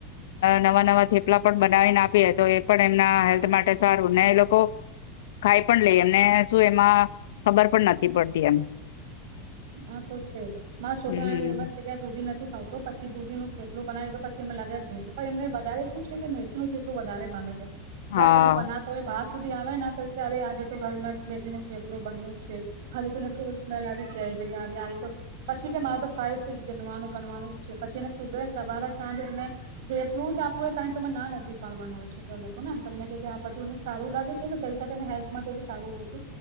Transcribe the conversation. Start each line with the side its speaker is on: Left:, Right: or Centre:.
Left: નવા નવા થેપલા પણ બનાવીને આપીએ તો એ પણ એમના હેલ્થ માટે સારું ને એ લોકો ખાઈ પણ લઈ એમને શું એમાં ખબર પણ નથી પડતી એમ
Right: આ તો છે મા છોકરા
Left: હમ
Right: એમ જ છે ત્યાં દૂધી નથી ખાવતો પછી દૂધી ન એટલું બના્યું દ તો પછી એ લાગે જેું પણ એમને વધ શું છે કે મેથીનું એટલું વધારે ભણે છે. જ્યાં
Left: હા
Right: તમે બનાતો હોય બાર સુધી આવે ના ત્યારે આ તો ઘરમાં મેથી નો થેપલો બન્યો છે. હા ત ન સ્મેલ આવી. જય જગ્યા તો પછી કે મારે તો ફાઈવ સિક્સ ગણવાનું ગણવાનું જ છે પછી એને સુબે સવારે સાંજ એને થેટલું જ આપું હોય કમે ના નથી પાડવાનું હોય છોકરા લોકો ને તમને આ બધું એ સારું લાગે છે ને કઈને હેલ્થ માટે બ સારું રહેે છે.